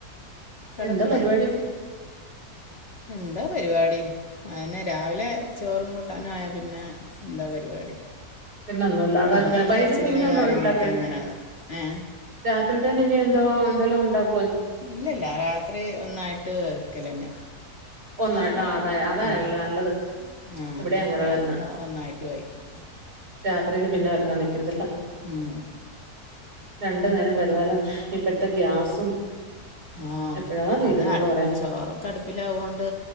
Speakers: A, on the left; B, on the right.
A: കിടക്കണമെന്നല്ല
B: എന്താ പരിപാടി
A: എന്താ പരിപാടി അന്നെ രാവിലെ ചോറും കൂട്ടാനും ആയാ പിന്നെ എന്താ പരിപാടി
B: പിന്നൊന്നുല്ല അതട്ട
A: പിന്നെ ഈ
B: വൈകിട്ടിപ്പ
A: കൊച്ചിൻ്റെ
B: പിന്നെ ഒന്നും
A: കാര്യം
B: ഇണ്ടാക്കണ്ട
A: നോക്കി അങ്ങനെ ഏ
B: രാത്രി തന്നെ ഇനി എന്തോ എന്തായാലും ഉണ്ടാവും
A: ഇല്ലല്ല രാത്രി ഒന്നായിട്ട് കഴിക്കലന്നെ
B: ഒന്നായിട്ടാ അതായ അതായള്ള
A: അതെ.
B: നല്ലത്
A: ആ
B: ഇവിടെ അങ്ങനെ
A: രാത്രി
B: തന്നെ
A: ഒന്നായിട്ട് കഴിക്കും
B: രാത്രിയിയില് പിന്നെ വെക്കാൻ നിൽക്കത്തില്ല
A: ആഹ്
B: രണ്ടു നേരം വരുവാലോ ഇപ്പഴത്തെ ഗ്യാസും
A: ആഹ
B: എപ്പോഴാ തീരുന്നേന്ന്
A: അത അടുത്ത്
B: പറയാൻ
A: ചോറ കടുപ്പിലാവൊ കൊണ്ട്